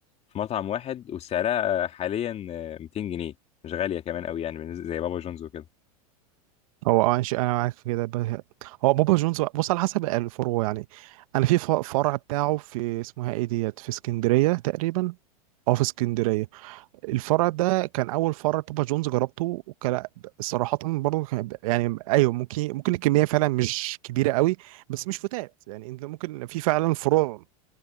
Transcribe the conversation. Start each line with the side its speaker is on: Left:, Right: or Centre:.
Left: في مطعم واحد وسعرها حاليا آه، 200 جنيه مش غاليه كمان قوي يعني بالنسبة- زي بابا جونز وكده
Right: هو اه ماشي، انا معاك في كده ب- هو بابا جونز بص على حسب الفروع يعني انا في ف- فرع بتاعه في اسمها ايه ديت في اسكندريه تقريبا اه في اسكندريه الفرع ده كان اول فرع بابا جونز جربته وكان صراحه برضه كان يعني ايوه ممكن ممكن الكميه فعلا مش كبيره قوي بس مش فتات يعني انت ممكن في فعلا فروع